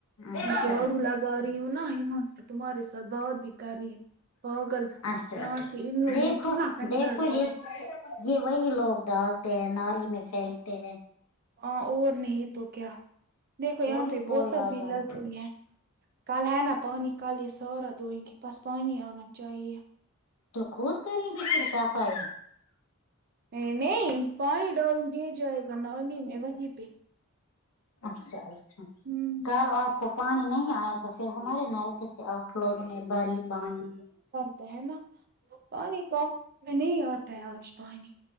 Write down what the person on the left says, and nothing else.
اچھا
اچھا
ٹھیک
دیکھو
دیکھو
یہ
یہ وہی لوگ ڈالتے ہیں نالی میں پھینکتے ہیں
تھوڑی
کوئی
آ جائے
گا
تو خود کرے گی پھر صفائی
اچھا اچھا
کل آپ کو پانی نہیں آیا تھا پھر ہمارے نلکے سے آ لوگوں نے بھاری پانی